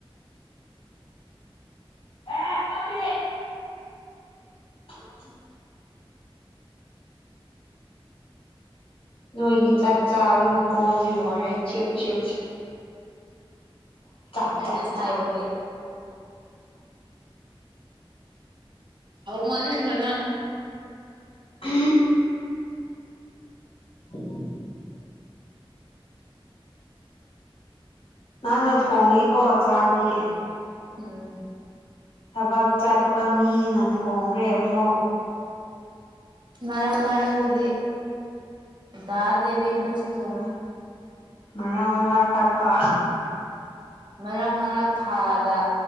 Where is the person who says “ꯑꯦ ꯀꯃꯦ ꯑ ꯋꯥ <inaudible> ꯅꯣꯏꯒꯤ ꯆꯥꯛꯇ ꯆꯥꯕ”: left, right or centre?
Left